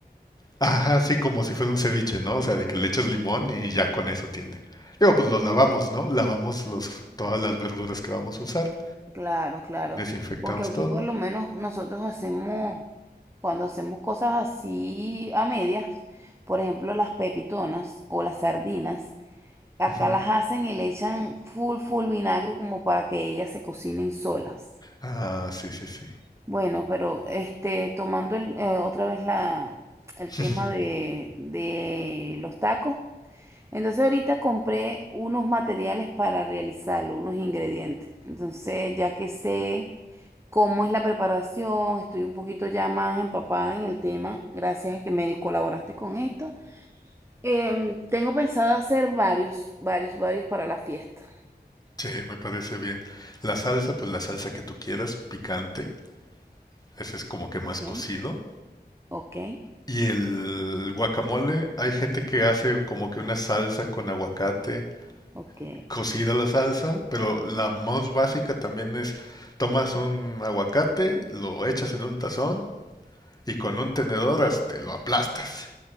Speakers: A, on the left (about 20°); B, on the right (about 15°).
A: Ajá, sí, como si fuera un ceviche, ¿no? O sea, de que le echas
B: Sí,
A: limón
B: sí,
A: y
B: sí.
A: ya con eso tiene. Digo, pues los lavamos, ¿no? Lavamos los, todas las verduras que vamos a usar.
B: Claro, claro.
A: Desinfectamos
B: Porque aquí
A: todo.
B: por lo menos nosotros hacemos, cuando hacemos cosas así a medias, por ejemplo, las pepitonas o las sardinas. Acá
A: Ujú.
B: las hacen y le echan full, full vinagre como para que ellas se cocinen solas.
A: Ah, sí, sí, sí.
B: Bueno, pero este, tomando el- eh, otra vez la, el
A: <laughs>
B: tema de, de los tacos. Entonces ahorita compré unos materiales para realizarlo, unos ingredientes. Entonces ya que sé cómo es la preparación, estoy un poquito ya más empapada en el tema, gracias a que me colaboraste con esto. Em, tengo pensado hacer varios, varios, varios para la fiesta.
A: Sí, me parece bien. La salsa, pues la salsa que tú quieras, picante. Ese es como que más
B: Ok.
A: cocido.
B: Ok,
A: Y el guacamole, hay gente que hace como que una salsa con aguacate
B: ok.
A: cocida la salsa, pero la más básica también es tomas un aguacate, lo echas en un tazón y con un tenedor hasta lo aplastas